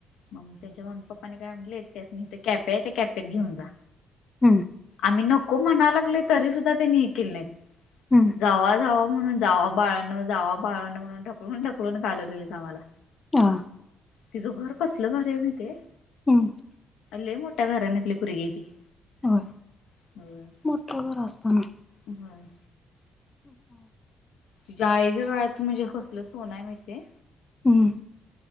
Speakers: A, on the left; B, on the left.
A: मग त्यांच्या मम्मी पप्पा ने काय म्हटले त्यासनी इथं कॅपे आहे त्या कॅपेत घेऊन जा.
B: हम्म,
A: आम्ही नको म्हणा लागलो तरी सुुद्धा त्यांनी हे केले नाहीत.
B: हम्म
A: जावा जावा म्हणून जावा बाळांनो जावा बाळांनो म्हण ढकलून ढकलून घालवले आम्हाला
B: आ,
A: तिचं घर कसलं भारी आहे माहिती आहे.
B: हम्म
A: लई मोठ्या घराण्यातली पोरगी आहे, ती
B: <unintelligible>
A: <unintelligible>
B: मोठ घर असतना
A: व्हय
B: <unintelligible>
A: तिच्या आईच्या गळ्यात म्हणजे कसलं सोन आहे माहिेती आहे
B: हम्